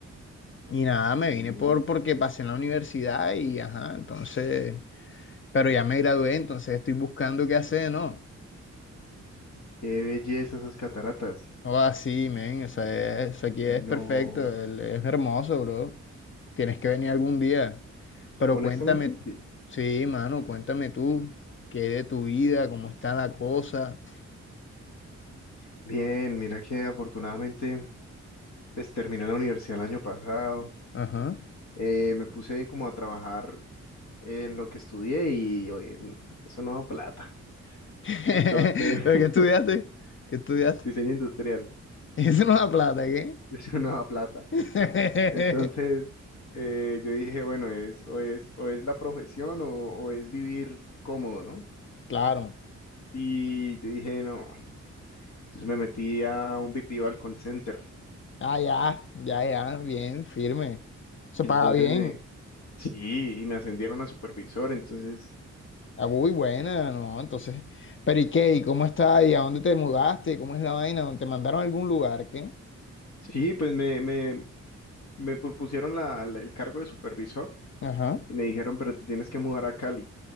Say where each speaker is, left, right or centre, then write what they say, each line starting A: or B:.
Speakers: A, on the left (about 45°); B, on the left (about 65°).
A: Y nada, me
B: Dios,
A: vine por porque pasé en la universidad y ajá, entonces, pero ya me gradué, entonces estoy buscando qué hacer, ¿no?
B: qué belleza esas cataratas.
A: O así, men, o sea, es- eso aquí es
B: No,
A: perfecto, el- es hermoso, bro. Tienes que venir algún día. Pero
B: honestamente,
A: cuéntame,
B: sí.
A: sí, mano, cuéntame tú, qué de tu vida, cómo está la cosa.
B: Bien, mira que afortunadamente, pues terminé la universidad el año pasado.
A: Ajá.
B: Eh, me puse como a trabajar en lo que estudié y oye, n- eso no da plata.
A: <laughs> ¿Pero
B: Entonces, <laughs>
A: qué estudiaste? ¿Qué estudiaste?
B: diseño industrial,
A: <laughs> Eso no da plata, ¿qué?
B: <laughs> eso no da plata.
A: <laughs>
B: Entonces, eh, yo dije, bueno, es, o es, o es la profesión o, o es vivir cómodo, ¿no?
A: Claro.
B: Y yo dije, no. Entonces me metí a un BPO al call center.
A: Ah, ya, ya, ya, bien, firme. Eso
B: Entonces
A: paga bien.
B: me, sí, y me ascendieron a supervisor. Entonces,
A: Ah, muy buena, ¿no? Entonces, pero ¿y qué? ¿Y cómo está? ¿Y a dónde te mudaste? ¿Cómo es la vaina? ¿Dónde ¿Te mandaron a algún lugar? ¿Qué?
B: sí, pues me, me, me propusieron la, la- el cargo de supervisor
A: Ajá.
B: y me dijeron, pero te tienes que mudar a Cali.